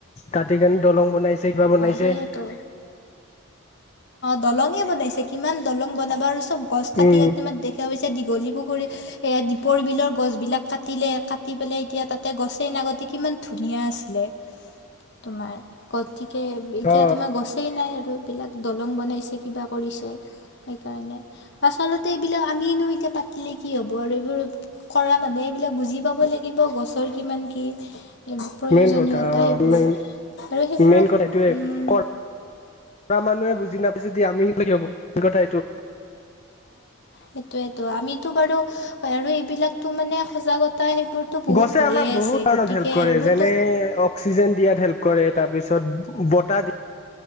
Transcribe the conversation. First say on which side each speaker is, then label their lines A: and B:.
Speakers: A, on the left; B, on the left.
A: কাটি কেনে দলং বনাইছে কিবা বনাইছে
B: সেইয়ে টো, দলঙয়ে বনাইছে। কিমান দলং বনাব লৈছে চব গছ কাটি
A: উম
B: কাটি মই দেখা পাই এতিয়া দীঘলী পুখুৰীত এ দীপৰ বিলৰ গছ বিিলাক কাটিলে কাটি পেলাই এতিয়া তাতে গছেই নগতি কিমান ধুনীয়া আছিলে তোমাৰ গতিকে এতিয়া
A: অ
B: তোমাৰ গছেই নাই আৰু বিলাক দলং বনাইছে কিবা কৰিছে সেইকাৰণে আচলতে এইবিলাক আমিনো এতিয়া পাতিলে কি হ'ব আৰু এইবোৰ কৰা মানুহে এইবিলাক বুজি পাব লাগিব গছৰ কিমান কি প্ৰয়োজনীয়তা
A: মেইন কথা অ
B: সেইবোৰ
A: মেই
B: আৰু সেইবোৰক
A: মেইন কথা এইটোয়ে কৰা কৰা মানুহে বুজি নাপাইছে দ আমি কি হব কথা এইটো
B: সেইটয়েতো আমিতো বাৰু হয় আৰু এইবিলাকতটো মানে সজাগতা সেইবোৰতো বহুত
A: গছে
B: হৈয়ে
A: আমাক বহুত
B: আছে
A: ধৰণত
B: গতিকে
A: হেল্প কৰে
B: এইবোৰতো
A: যেনে অক্সিজেন দিয়াত হেল্প কৰে তাৰপিছত বতাহ দ